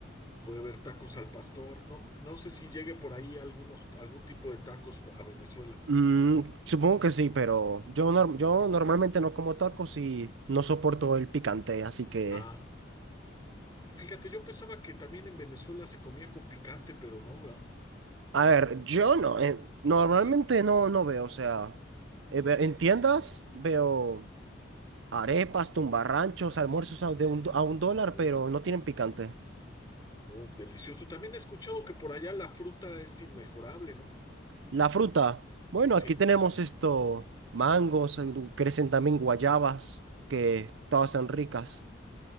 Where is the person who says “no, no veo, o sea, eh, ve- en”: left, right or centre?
Right